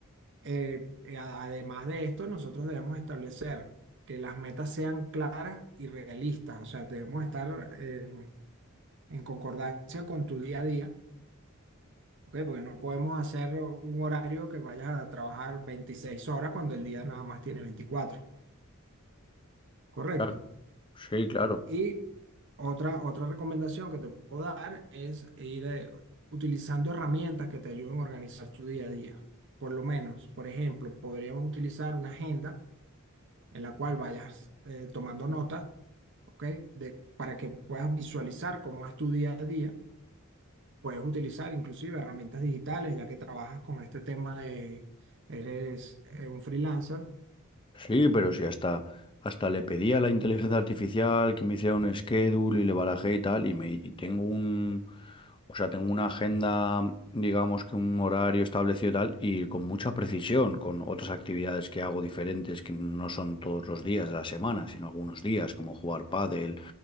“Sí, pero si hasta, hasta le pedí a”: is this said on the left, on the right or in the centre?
Left